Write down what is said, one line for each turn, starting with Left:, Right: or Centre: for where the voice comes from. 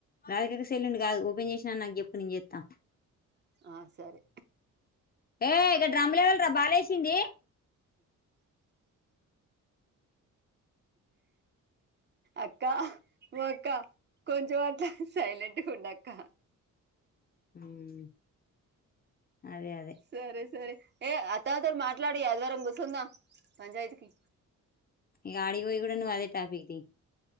Left: రాధికక్క సెల్లు నుండి కాదు ఓపెన్ చేసినా అని నాకు చెప్పు నేను చేత్తా
Right: ఆ, సరే
Left: ఏ గా డ్రంబులేవర్రా గా బాలేసింది సింది
Right: అక్క ఓ అక్క కొంచెమ సైలెంట్ గా ఉండక్క
Left: ఉమ్ అదే అదే
Right: సరే సరే ఏ అత్తతోటి మాట్లాడియి ఆదివారం కూసుందాం పంచాయితీకిి
Left: ఈగ ఆడికి పోయి కూడా నువ్ అదే టాఫిక్ తీ